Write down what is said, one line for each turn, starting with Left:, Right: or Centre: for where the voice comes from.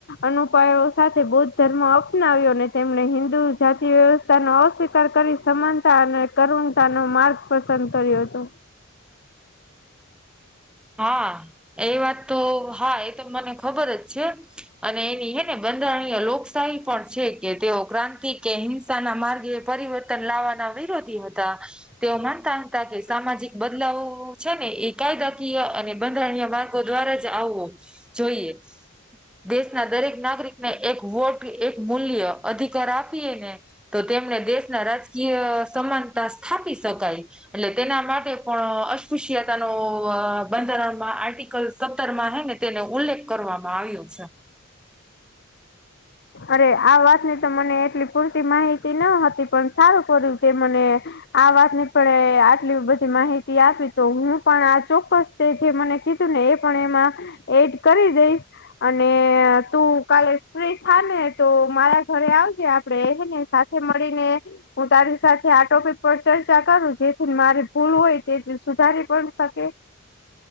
Left: અનુપાયો સાથે બૌદ્ધ ધર્મ અપનાવ્યો અને તેમણે હિન્દુ જાતિ વ્યવસ્થાનો અસ્વીકાર કરી સમાનતા અને કરુણતા નો માર્ગ પસંદ કર્યો હતો.
Centre: હા. એ વાત તો હા એ તો મને ખબર જ છે. અને બી હેને <unintelligible> <unintelligible> લોકશાહી પણ છે, કે તેઓ ક્રાંતિ કે હિંસાના માર્ગે પરિવર્તન લાવવાના વિરોધી હતા. તેઓ માનતા હતા કે સામાજિક બદલાવવવ છે ને એ કાયદા <unintelligible> અને બંધારણીય માર્ગો દ્વારા જ આવવો... જોઈએ. દેશના દરેક નાગરિકને એક <unintelligible> એક મૂલ્ય અધિકાર આપીએને તો તેમને દેશના રાજકીય સમાનતા સ્થાપી શકાય. એટલે તેના માટે પણ અસ્પૃશ્યતા નોઓઓ બ બંધારણમાં આર્ટિકલ સત્તર માં હેને તેને ઉલ્લેખ કરવામાં આવ્યો છે.
Left: અરે આ વાતની તો મને એટલી પૂરતી માહિતી ન હતી, પણ સારું કર્યું તે મને આ વાતની પણે આટલી બધી માહિતી આપી તો હું પણ આ ચોક્કસ તે જે મને કીધું ને એ પણ એમાં ઍ એડ કરી દઈશ. અને.... તું કાલે ફ્રી હા ને તો મારા ઘરે આવજે આપડે હે ને સાથે મળીને.... હું તારી સાથે આ ટોપિક પર ચર્ચા કરું જેથી મારી ભૂલ હોય તેથી સુધારી પણ શકે.